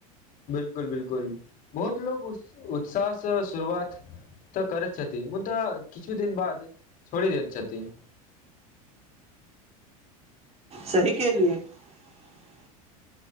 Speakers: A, on the left (about 45°); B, on the right (about 35°).
A: बिलकुल- बिलकुल बहुत लोको उत्साहसँ शुरुआत तऽ करैत छथि मुदा किछु दिन बाद छोड़ि दैत छथि। <unintelligible>
B: सही कहलिए। <unintelligible>